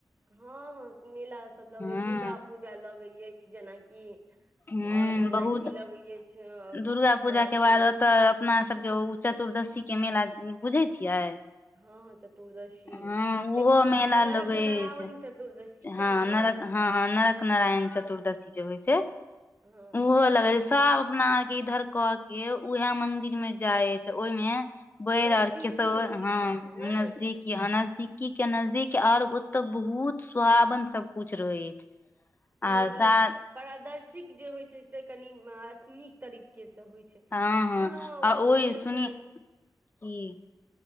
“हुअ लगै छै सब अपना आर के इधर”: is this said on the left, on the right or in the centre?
Left